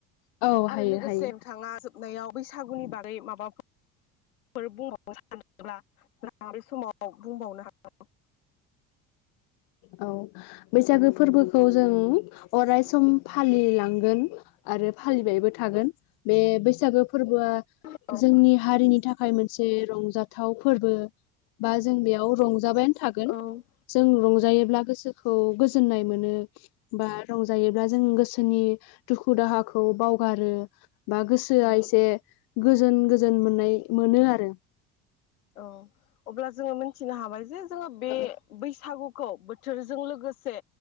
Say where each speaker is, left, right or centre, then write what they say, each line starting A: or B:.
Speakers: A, on the left; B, on the left.
A: औ
B: आरो
A: हायो
B: लोगोसे
A: हायो
B: नोथाङा जोब नैयाव बैसागुनि बागै माबाफो फोर बुंबावनो सा सा नोब्ला ना बे समाव आव बुंबावनो हा <unintelligible>
A: औ बैसागो फोरबोखौ जों अराय सम फालिलांगोन आरो फालिबायबो थागोन बे बैसागो फोरबोआ
B: हागोन
A: जोंनि हारिनि थाखाय मोनसे रंजाथाव फोरबो बा जों बेयाव रंजाबायान
B: औ ।
A: जों रंजायोब्ला गोसोखौ गोजोननाय मोनो बा रंजायोब्ला जों गोसोनि दुखु दाहाखौ बावगारो बा गोसोआ
B: उम
A: एसे गोजोन गोजोन मोननाय मोनो आरो ।
B: औ अब्ला जोङो मिथिनो हाबाय जे जोङो बे
A: औ
B: बैसागु खौ बोथोरजों लोगोसे